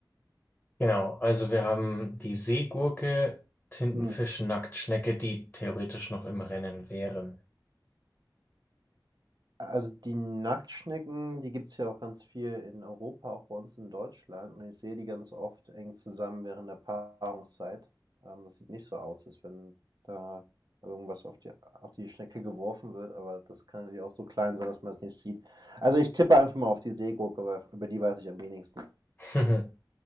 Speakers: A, on the left; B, on the right.
A: Genau, also wir haben die Seegurke, Tintenfisch,
B: Hm.
A: Nacktschnecke, die theoretisch noch im Rennen wären.
B: Also die Nacktschnecken, die gibt es ja auch ganz viel in Europa, auch bei uns in Deutschland. Und ich sehe die ganz oft eng zusammen während der Paarungszeit. Ähm, das sieht nicht so aus, als wenn da irgendwas auf die, auf die Schnecke geworfen wird, aber das kann natürlich auch so klein sein, dass man es nicht sieht. Also ich tippe einfach mal auf die Seegurke, weil über die weiß ich am wenigsten.
A: <laughs>